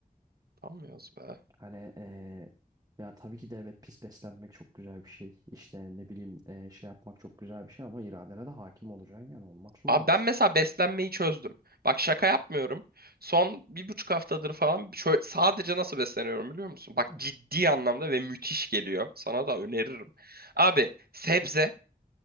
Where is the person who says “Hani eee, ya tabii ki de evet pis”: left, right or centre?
Right